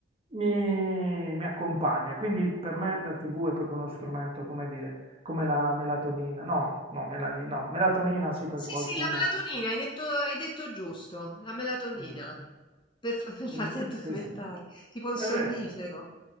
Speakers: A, on the right (about 30°); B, on the left (about 25°).
A: mi, mi accompagna. Quindi per me la TV è proprio uno strumento, come dire, come la melatonina. No, no, melani- no, melatonina sì per
B: Sì,
A: qualcuno.
B: sì, la melatonina, hai detto hai detto giusto, la melatonina.
A: eh,
B: Per fa per
A: Quindi,
B: farti addormentare,
A: sì, <laughs>
B: tipo un sonnifero.
A: è vero.